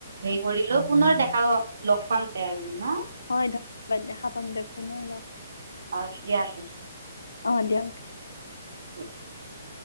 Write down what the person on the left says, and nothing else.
হয় ধন্যবাদ দেখা পাম দেক পুনৰ লগ
অ দিয়ক দে